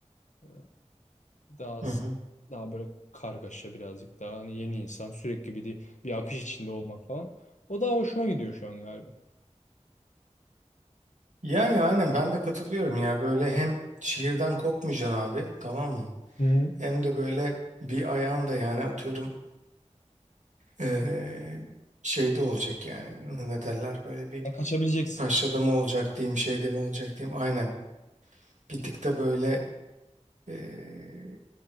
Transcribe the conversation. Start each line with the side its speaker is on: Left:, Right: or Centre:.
Left: ee, Daha
Right: Hı hı.
Left: daha böyle kargaşa birazcık daha hani yeni insan sürekli bir bir akış içinde olmak falan. O daha hoşuma gidiyor şu an galiba.
Right: Yani aynen ben de katılıyorum ya. Böyle hem şehirden kopmayacaksın abi, tamam mı?
Left: Hı hı.
Right: Hem de böyle bir ayağın da yani atıyorum eee, şeyde olacak yani. Ne derler böyle bir
Left: Yani kaçabileceksin.
Right: taşrada mı olacak diyeyim, şeyde mi olacak diyeyim. Aynen. Bir tık
Left: Ke-
Right: da böyle Eee,